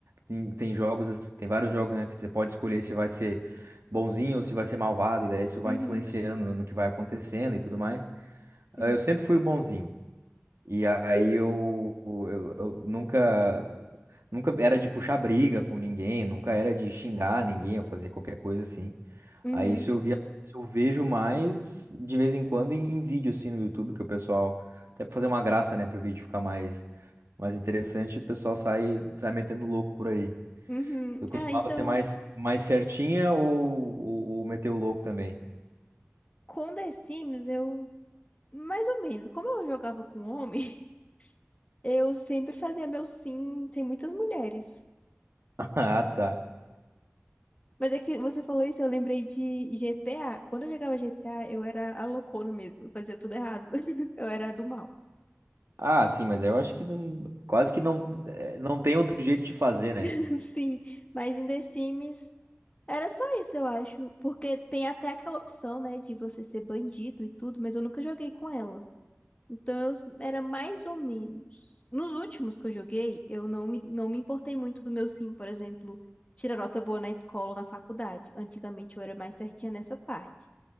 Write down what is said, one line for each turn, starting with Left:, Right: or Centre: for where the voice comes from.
Right: Tem, tem jogos, assim- tem vários jogos, né, que você pode escolher se vai ser bonzinho ou se vai ser malvado, e daí isso vai
Left: uhum,
Right: influenciando no no que vai acontecendo e tudo mais.
Left: sim.
Right: Ah, Eu sempre fui o bonzinho. E aí eu, eu, eu nunca. Nunca era de puxar briga com ninguém, nunca era de xingar ninguém ou fazer qualquer coisa assim.
Left: Uhum,
Right: Aí isso eu via, isso eu vejo mais de vez em quando em, em vídeo assim no YouTube, que o pessoal, até pra fazer uma graça, né, pro vídeo ficar mais, mais interessante, o pessoal sai, sai metendo louco por aí.
Left: uhum.
Right: Eu costumava
Left: Ah, então,
Right: ser mais, mais certinha ou, ou, ou meter o louco também?
Left: com The Sims, eu. Mais ou menos. Como eu jogava com homem, <laughs> eu sempre fazia meu sim. Tem muitas mulheres.
Right: <laughs> Ah, tá.
Left: Mas é que você falou isso, eu lembrei de GTA. Quando eu jogava GTA, eu era a loucona mesmo. Eu fazia tudo errado. <laughs> Eu era a do mal.
Right: Ah, sim, mas eu acho que não, quase que não, eh, não tem outro jeito de fazer, né?
Left: <laughs> Sim, mas em The Sims era só isso, eu acho. Porque tem até aquela opção, né, de você ser bandido e tudo, mas eu nunca joguei com ela. Então eu s- era mais ou menos. Nos últimos que eu joguei, eu não me, não me importei muito do meu sim, por exemplo, tirar nota boa na escola ou na faculdade. Antigamente eu era mais certinha nessa parte.